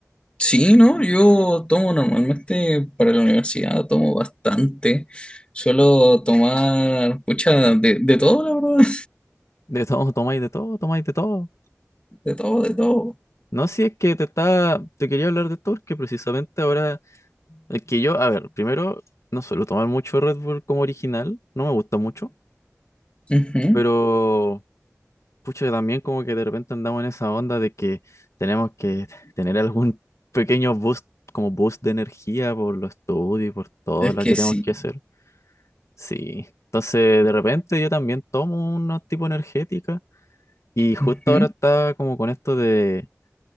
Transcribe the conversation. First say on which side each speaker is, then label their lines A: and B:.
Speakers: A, on the left; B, on the left.
A: Sí, ¿no? Yo tomo normalmente para la universidad, tomo bastante. Suelo tomar, pucha, de, de todo, la verdad,
B: De todo, <laughs> tomáis de todo, tomáis de todo.
A: <laughs> de todo, de todo.
B: No, si es que te está, te quería hablar de esto porque precisamente ahora, es que yo, a ver, primero, no suelo tomar mucho Red Bull como original, no me gusta mucho,
A: Ujú,
B: pero Pucho, que también como que de repente andamos en esa onda de que tenemos que tener algún <laughs> pequeño boost, como boost de energía por los estudios y por todo
A: Es
B: lo
A: que
B: que
A: sí.
B: tenemos que hacer. Sí. Entonces, de repente yo también tomo una tipo energética y justo
A: ujú.
B: ahora está como con esto de,